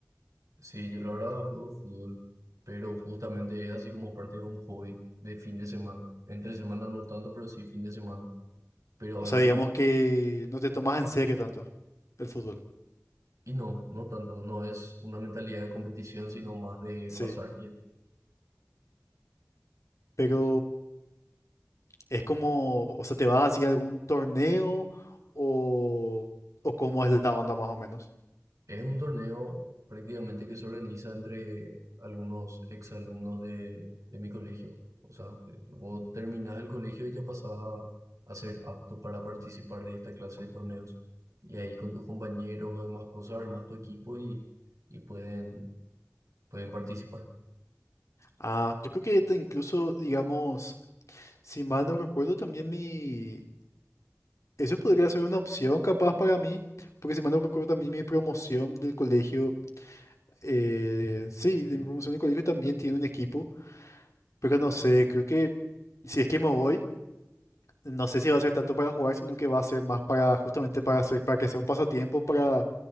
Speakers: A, on the right; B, on the left.
A: Sí, yo la verdad juego fútbol, pero justamente es así como parte de un hobby de fin de semana. Entre semana no tanto, pero sí fin de semana. Pero
B: O
A: algo
B: sea, digamos
A: también
B: que no te tomas en serio tanto el fútbol.
A: Y no, no tanto, no es una mentalidad de competición, sino más de
B: Sí.
A: pasar bien.
B: Pero es como, o sea, ¿te vas así a algún torneo o, o cómo es la onda más o menos?
A: Es un torneo prácticamente que se organiza entre algunos exalumnos de, de mi colegio. O sea, te- vos terminás el colegio y ya pasás a, a ser apto para participar de esta clase de torneos. Y ahí con tus compañeros o demás cosas armas tu equipo y, y pueden, pueden participar.
B: Ah, yo creo que te- incluso, digamos, si mal no recuerdo, también mi... Eso podría ser una opción capaz para mí, porque si mal no recuerdo, también mi promoción del colegio Eh, sí, de mi promoción de colegio también tiene un equipo, pero no sé, creo que si es que me voy, no sé si va a ser tanto para jugar, sino que va a ser más para justamente para hacer, para que sea un pasatiempo, para,